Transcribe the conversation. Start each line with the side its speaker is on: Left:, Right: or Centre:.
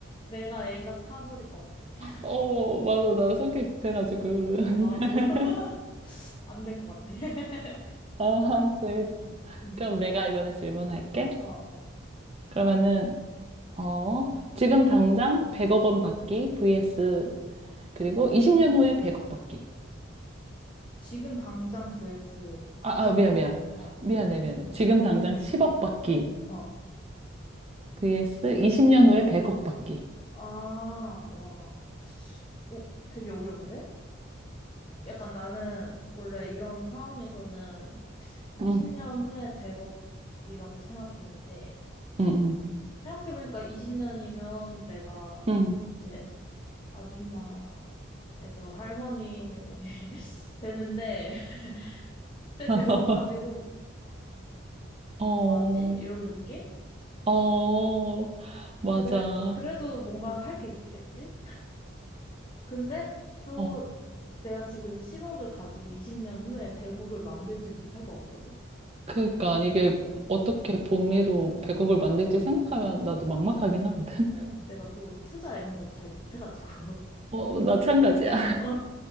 Left: 내가 애가 타버릴 것 같아.
Right: 어, 맞아. 나 성격 급해가지고.
Left: 어,
Right: <laughs>
Left: 나도 <laughs> 안 될 것 같아. <laughs>
Right: 아, 재밌다.
Left: 음,
Right: 그럼 내가 이번에 질문할게.
Left: 어, 어.
Right: 그러면은, 어, 지금 당장 100억 원 받기 vs 그리고 20년 후에 100억 받기.
Left: 지금 당장 vs
Right: 아,
Left: 20년?
Right: 아, 미안, 미안.
Left: 어,
Right: 미안해, 미안해. 지금 당장 10억 받기
Left: 어.
Right: vs 20년 후에 100억 받기.
Left: 아, 와. 어, 되게 어려운데? 약간 나는 원래 이런 상황에서는 20년
Right: 응,
Left: 후에 100억이라고 생각했는데,
Right: 응, 응,
Left: 생각해보니까 20년이면 내가
Right: 응.
Left: 이제 아줌마에서 할머니 <laughs> 되는데, <laughs> 그때
Right: <laughs>
Left: 100억 가지고, 음,
Right: 어,
Left: 뭐하지? 이런 느낌?
Right: 어, 맞아.
Left: 그래, 그래도 뭔가 할 게 있겠지? 근데 또
Right: 어.
Left: 내가 지금 10억을 가지고 20년 후에 100억을 만들진 못할 것 같거든?
Right: 그러니까 이게
Left: 어,
Right: 어떻게 복리로 100억을 만들지 생각하면 나도 막막하긴 하거든.
Left: 어,
Right: <laughs>
Left: 내가 또 투자 이런 거 잘 못해가지고.
Right: 어, 마찬가지야.
Left: <laughs> 어,